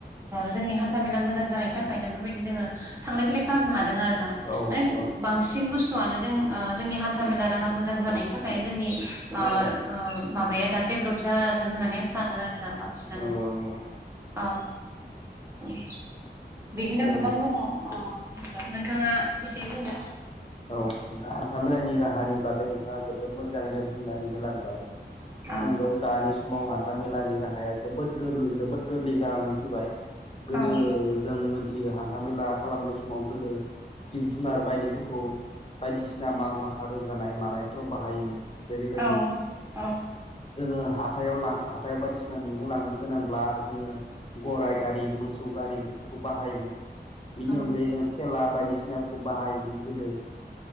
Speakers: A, on the right; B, on the left.
A: जोंनि हान्था मेला मोजां जानायनि थाखाय खायनो बेबायदि जोङो थांलाय फैलाय खालामनो हादों आरो ना।
B: औ
A: माने
B: औ
A: बांसिन बांसिन बुस्थुआनो जोंनि हान्था मेला राहा मोजां जानायनि थाखाय जोंनि आ
B: औ
A: माबाया आदा डेभलप जादों होननानै आं सानो आरोना बांसिनानो
B: नंगौ नंगौ
A: अ उम बिदिनो
B: नंगौ
A: गोबां दङ ओ होमबा नोंथाङा एसे बुंदो
B: दा हान्था मेलानि राहानि बागै नोंथाङा जोबोद मोजाङैनो बुंनानै होलांबाय
A: औ
B: नोंगौ दानि समाव हान था मेलानि राहाया गोबोद गोरलै जोबोद गोरलै जानानै फैबाय गोदो
A: औ
B: जों मोन हान्था मेला खालामनाय समाव गोदो जिब जुनार बायदिफोरखौ बायदिसिना माल माथा रोगानाय मानायफ्राव बाहायोमोन जेरैबायदि
A: औ औ
B: जोङो हाथायाव बायदिसिना मैगं लांनो गोनांब्ला जोङो। गराइ गारि मोस सौ गारि बेफोरखौ बाहायोमोन बिनि
A: औ
B: अनगायै जोङो थेला बायदिसिनाफोरखौ बाहायोमोन गोदो।
A: ओं।